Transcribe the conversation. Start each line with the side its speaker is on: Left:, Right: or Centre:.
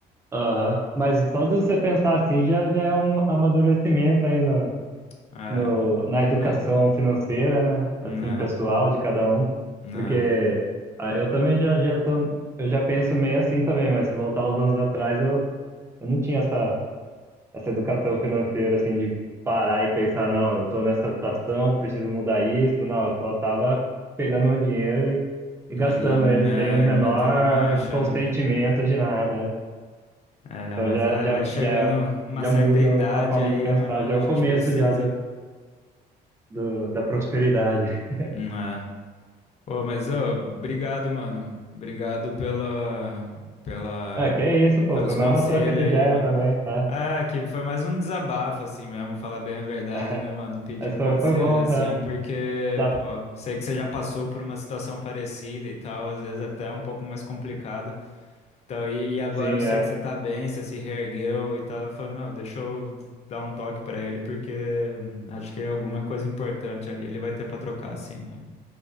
Right: aham. Mas só de você pensar assim já, já é um amadurecimento aí na,
Left: É,
Right: no, na educação
Left: tá,
Right: financeira, né?
Left: né,
Right: Assim, pessoal de cada um.
Left: né.
Right: Porque ah, eu também já, já tô, eu já penso meio assim também, mas se voltar uns anos atrás, eu, eu não tinha essa. essa educação financeira, assim, de parar e pensar, não, eu tô nessa situação, preciso mudar isso. Não, eu só tava pegando meu dinheiro e, e gastando
Left: E
Right: ele
Left: é,
Right: sem o menor
Left: metendo marcha,
Right: consentimento
Left: né?
Right: de nada. né?
Left: É,
Right: Então
Left: mas
Right: já,
Left: é,
Right: já,
Left: vai chegando
Right: já,
Left: uma
Right: já
Left: certa
Right: muda
Left: idade
Right: a forma
Left: aí,
Right: de pensar,
Left: né, mano?
Right: já é
Left: A
Right: o
Left: gente
Right: começo
Left: precisa.
Right: já do, do- da prosperidade. <laughs>
Left: Hum, É. Pô, mas ô, obrigado, mano. Obrigado pela, pela,
Right: É, que é isso, pô,
Left: pelos
Right: foi
Left: conselhos
Right: mais uma troca de ideia
Left: aí, mano.
Right: também, é.
Left: É, que foi mais um desabafo, assim mesmo, falar bem a verdade,
Right: <laughs>
Left: né, mano? Pedir
Right: Mas
Left: um
Right: foi,
Left: conselho
Right: foi bom,
Left: assim,
Right: é.
Left: porque,
Right: Dá,
Left: pô, sei que você já passou por uma situação parecida e tal, às vezes até um pouco mais complicada. Então, e e agora
Right: sim,
Left: eu sei
Right: é.
Left: que você tá bem, você se reergueu e tá, eu falei, meu, deixa eu dar um toque pra ele, porque hum, acho que é alguma coisa importante ali, ele vai ter pra trocar, assim, mano.